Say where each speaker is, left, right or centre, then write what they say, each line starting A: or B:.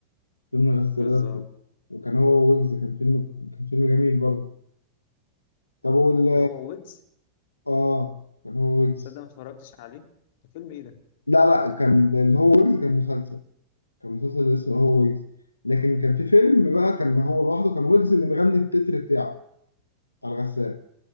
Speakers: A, on the left; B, on the left.
A: فيلم الغسالة
B: بالظبط
A: ده وكان هو ويجز كان فيلم كان فيلم جميل برضه طب وال
B: هو ويدز
A: اه كان هو ويجز
B: صدق ما اتفرجتش عليه ده فيلم ايه ده
A: لا لا كان ده اللي هو ويجز كان مسلسل كان مسلسل اسمه هو ويجز لكن كان في فيلم بقى كان هو لوحده كان ويجز اللي مغني التتر بتاعه بتاع الغسالة